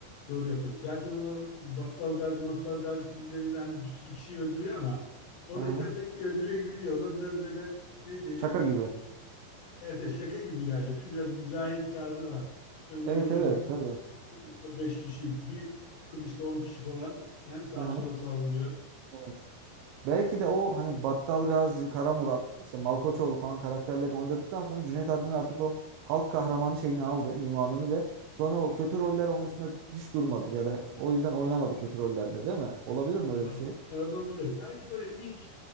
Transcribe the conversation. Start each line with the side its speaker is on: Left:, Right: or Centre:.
Left: doğru yapıyordu. Zaten onu Battal Gazi Mattal Gazi filmlerinden de bir sürü kişiyi öldürüyor ama oradakiler
Right: Hı hı.
Left: pek öldürüyor gibi diyor. Onlar biraz böyle ne diyelim
Right: Şaka gibi.
Left: Evet, evet, şaka gibi ilerliyordu. Biraz mizahi bir tarzı var. Önde
Right: Evet
Left: gele
Right: evet
Left: bir,
Right: tabii.
Left: bir grupta beş kişi, bir kılıçta on kişi falan he, sağa
Right: Hı hı.
Left: sola savruluyor.
Right: Evet. Belki de o hani Battal Gazi, Kara Murat, işte Malkoçoğlu falan karakterlerini oynadıktan sonra Cüneyt Arkın artık o halk kahramanı şeyini aldı, ünvanını ve sonra o kötü roller onun üstünde hiç durmadı ya da o yüzden oynamadı kötü rollerde değil mi? Olabilir mi öyle
Left: Ya,
Right: bir şey?
Left: Olabilir. Belki böyle ilk